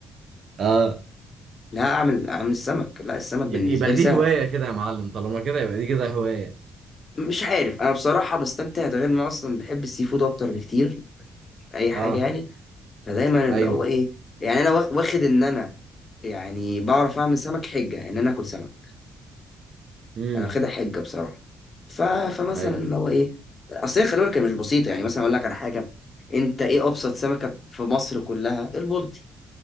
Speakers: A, on the right (about 60°); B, on the left (about 35°).
A: <laughs> اه
B: لا اعمل اعمل السمك لا السمك بالنسبه
A: ي- يبقى
B: لي
A: دي
B: سهل
A: هواية كده يا معلم طالما كده يبقى دي كده هواية
B: مش عارف انا بصراحه بستمتع ده غير ان أنا اصلا بحب السي فود اكتر بكتير اي حاجه
A: اه
B: يعني فدايما اللي
A: ايوه
B: هو ايه يعني انا واخ- واخد ان انا يعني بعرف اعمل سمك حجه ان انا اكل سمك
A: امم
B: انا واخدها حجه بصراحه ف... فمثلا
A: ايوه
B: اللي هو ايه اصل هي خلي بالك هي مش بسيطه يعني مثلا اقول لك على حاجه انت ايه ابسط سمكه في مصر كلها البلطي